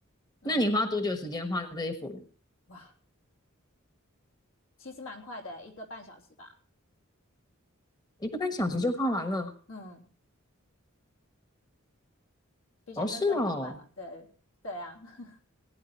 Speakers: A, on the left (about 70°); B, on the left (about 20°).
A: 嗯，
B: 那你花多久时间画这一幅？
A: 哇，其实蛮快的，一个半小时吧。
B: 一个半小时就画完了？
A: 嗯。比想象中还快嘛。
B: 哦，是哦，
A: 对对啊，<laughs>